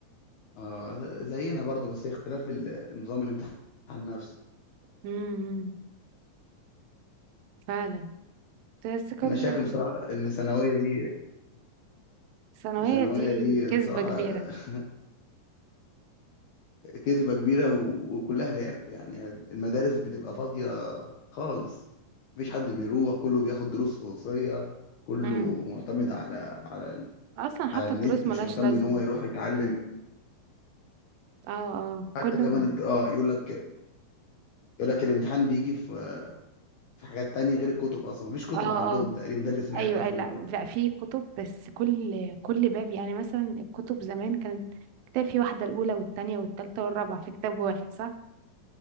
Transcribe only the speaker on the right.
امم فعلا بس كل
ثانوية
دي
كذبة
كبيرة
امم
أصلا حتى
الدروس ملهاش
لازمة
اه اه كل
م...
اه
اه
ايوه
اي لا
لا في كتب بس كل كل باب يعني مثلا الكتب زمان كانت كتاب في واحدة الأولى والتانية والتالتة والرابعة في كتاب واحد صح